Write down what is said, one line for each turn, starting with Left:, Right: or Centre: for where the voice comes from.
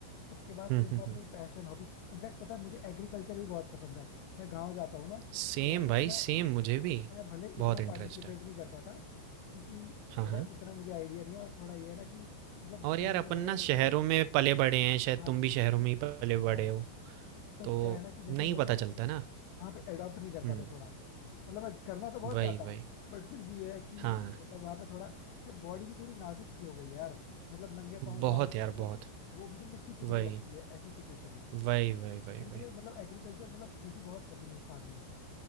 Left: उसके बाद
Right: हम्म
Left: फिर
Right: हम्म
Left: मैं अपनी
Right: हम्म
Left: पैशन हॉबी इनफैक्ट पता है मुझे एग्रीकल्चर भी बहुत पसंद है मैं गाँव जाता हूँ ना तो
Right: सेम
Left: वैसे
Right: भाई
Left: तो मैं
Right: सेम मुझे भी
Left: मैं भले
Right: बहुत
Left: इतना
Right: इंटरेस्ट
Left: पार्टिसिपेट
Right: है
Left: नहीं कर पाता क्योंकि
Right: हाँ
Left: पता
Right: हाँ
Left: है उतना मुझे आइडिया नहीं है और थोड़ा ये है ना कि मतलब शहर
Right: और यार अपन
Left: में रहे
Right: ना
Left: ना
Right: शहरों
Left: कि ना
Right: में पले बड़े हैं शायद
Left: हाँ
Right: तुम भी शहरों में ही पले बड़े
Left: हाँ
Right: हो
Left: तो
Right: तो
Left: क्या है ना कि जैसे
Right: नहीं
Left: मतलब
Right: पता चलता ना
Left: वहाँ पे एडॉप्ट नहीं कर
Right: हम्म
Left: पाता थोड़ा मतलब मैं करना तो बहुत
Right: वही
Left: चाहता
Right: वही
Left: हूँ बट फिर भी ये है कि
Right: हाँ
Left: मतलब वहाँ पे थोड़ा बॉडी भी थोड़ी नाजुक सी हो गई है यार मतलब नंगे पाँव
Right: बहुत
Left: जाओ तो
Right: यार
Left: मतलब
Right: बहुत
Left: वो मुझे मिट्टी चुभने
Right: वही
Left: लगती है ऐसी सिचुएशन है
Right: वही वही वही
Left: लेकिन
Right: वही
Left: मुझे मतलब एग्रीकल्चर मतलब खेती बहुत पसंद है फार्मिंग